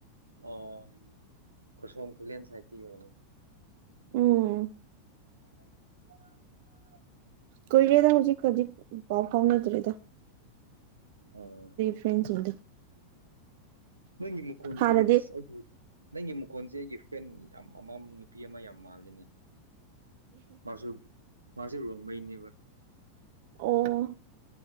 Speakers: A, on the right (about 80°); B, on the right (about 50°).
A: ꯑꯣ ꯀꯁꯣꯝ ꯈꯨꯂꯦꯟ ꯁꯥꯏꯠꯇꯒꯤ ꯑꯣꯏꯔꯝꯒꯅꯤ
B: ꯎꯝ
A: <inaudible>
B: ꯀꯨꯏꯔꯦꯗ ꯍꯧꯖꯤꯛ ꯍꯧꯖꯤꯛ ꯄꯥꯎ ꯐꯥꯎꯅꯗ꯭ꯔꯦꯗ
A: ꯑꯣ
B: ꯐꯔꯦꯟꯁꯤꯡꯗꯨ
A: ꯅꯪꯒꯤ ꯃꯈꯣꯟꯁꯤꯁꯨ
B: ꯍꯥꯟꯅꯗꯤ
A: ꯑꯁ ꯑꯩꯗꯤ ꯅꯪꯒꯤ ꯃꯈꯣꯟꯁꯦ ꯑꯩꯒꯤ ꯐ꯭ꯔꯦꯟ ꯌꯥꯝ ꯑꯃ ꯅꯨꯄꯤ ꯑꯃ ꯌꯥꯝ ꯃꯥꯜꯂꯤꯅꯦ ꯃꯥꯁꯨ ꯃꯥꯁꯨ ꯔꯣꯟꯃꯩꯅꯦꯕ
B: ꯑꯣ